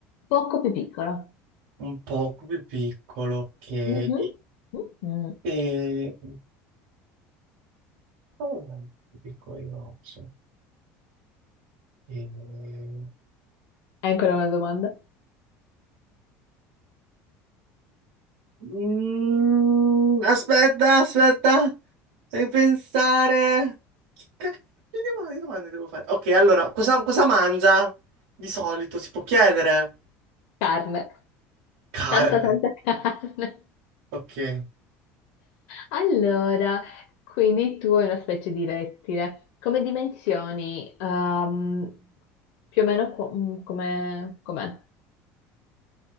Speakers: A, on the left; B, on the right.
A: Poco più piccolo.
B: Un poco più piccolo, ok.
A: Mhm. Mhm.
B: E... Oh, piccolo orso. E...
A: Hai ancora una domanda?
B: Mm, aspetta, aspetta, devi pensare. Che cacchio di domande, domande devo fare? Ok, allora, cosa, cosa mangia di solito? Si può chiedere?
A: Carne.
B: Carne.
A: Tanta, tanta <laughs> carne.
B: Ok.
A: Allora, quindi tu hai una specie di rettile. Come dimensioni? Ehm, più o meno qu- mm, come... com'è?